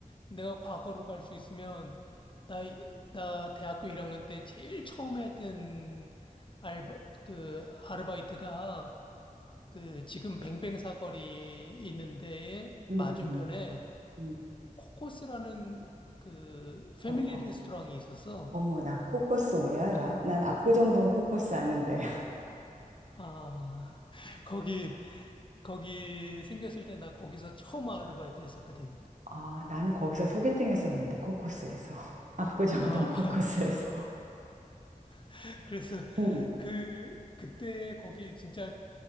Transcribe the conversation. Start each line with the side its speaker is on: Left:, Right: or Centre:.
Left: 내가 과거로 갈 수 있으면 나, 이- 나 대학교 1학년 때 제일 처음에 했던 알바, 그 아르바이트가 그 지금 뱅뱅사거리 있는 데에
Right: 음,
Left: 맞은편에
Right: 음. 음,
Left: 코코스라는 그 패밀리
Right: 어머.
Left: 레스토랑이 있었어.
Right: 어머, 나 코코스 왜 알아? 난 압구정동 코코스 아는데. <laughs>
Left: 아, <laughs> 거기, 거기 생겼을 때 나 거기서 처음 아르바이트 했었거든.
Right: 아, 나는 거기서 소개팅 했었는데, 코코스에서. <laughs> 압구정동
Left: 아,
Right: 코코스에서.
Left: <laughs> 그래서
Right: 음,
Left: 그, 그때 거기 진짜